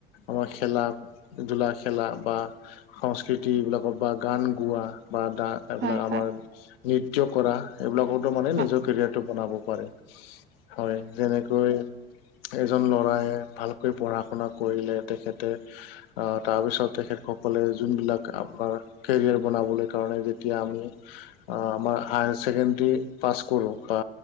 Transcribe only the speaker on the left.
আমাৰ খেলা-ধূলা খেলা বা সংস্কৃতি এইবিলাকত বা গান গোৱা বা দা এইবিলাক
আমাৰ নৃত্য কৰা এইবিলাকতো মানে
নিজৰ কেৰিয়াৰটো বনাব পাৰে। হয় যেনেকৈ এজন ল'ৰাই ভালকৈ পঢ়া-শুনা কৰিলে তেখেতে আ তাৰ পিছত তেখেতসকলে যোনবিলাক আপনাৰ কেৰিয়াৰ বনাবলৈ কাৰণে যেতিয়া আমি আ আমাৰ হায়াৰ ছেকেণ্ডৰী পাছ কৰোঁ বা